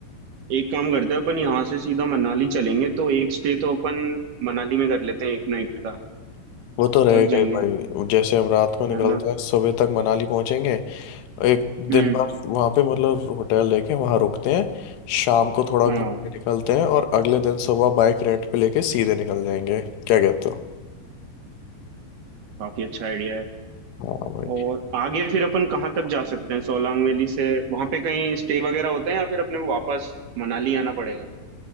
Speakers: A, on the right; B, on the left.
A: एक काम करते हैं अपन यहाँ से सीधा मनाली चलेंगे तो एक स्टे तो अपन मनाली में कर लेते हैं एक नाइट का
B: वो तो रहेगा
A: थक जाएंगे
B: ही भाई जैसे हम रात को निकलते
A: है ना
B: हैं सुबह तक मनाली पहुंचेंगे एक
A: हम्म
B: दिन भर वहां पे मतलब होटल लेके वहां रुकते हैं शाम को थोड़ा
A: हाँ
B: घूम के निकलते हैं और अगले दिन सुबह बाइक रेंट पे लेके सीधे निकल जाएंगे क्या कहते हो
A: काफी अच्छा आइडिया है
B: हाँ भाई,
A: और आगे फिर अपन कहाँ तक जा सकते हैं सोलांग वैली से वहां पे कहीं स्टे वगैरह होता है या फिर अपने को वापस मनाली आना पड़ेगा